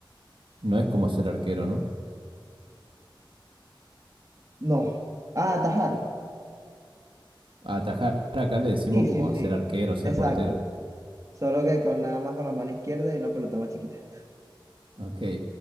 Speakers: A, on the right; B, on the right.
A: No es como ser arquero, ¿no?
B: No. Ah, atajar.
A: A Atajar acá le decimos
B: Sí,
A: como
B: sí, sí.
A: ser arquero, ser
B: Exacto.
A: portero.
B: Solo que con nada más con la mano izquierda y una pelota más chiquita.
A: Ok.